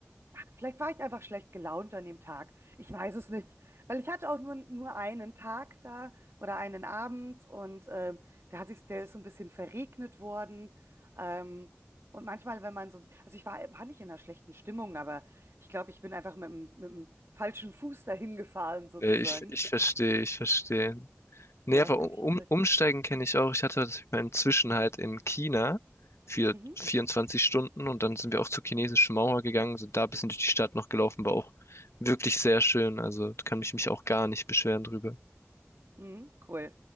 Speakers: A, on the right; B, on the left.
A: Vielleicht war ich einfach schlecht gelaunt an dem Tag. Ich weiß es nicht. Weil ich hatte auch nur, nur einen Tag da oder einen Abend und ähm, der hat sich, der ist so ein bisschen verregnet worden. Ähm, und manchmal, wenn man so, also ich war, war nicht in einer schlechten Stimmung, aber ich glaube, ich bin einfach mit dem, mit dem falschen Fuß dahin gefahren, sozusagen.
B: Nee, ich, ich verstehe, ich verstehe.
A: Ja,
B: Nee, aber
A: ist ganz
B: um,
A: lustig.
B: um, umsteigen kenne ich auch. Ich hatte das- meinen Zwischenhalt in China für
A: Mhm.
B: 24 Stunden und dann sind wir auch zur chinesischen Mauer gegangen, sind da ein bisschen durch die Stadt noch gelaufen, war auch wirklich sehr schön. Also da kann ich mich auch gar nicht beschweren drüber.
A: Mhm, cool.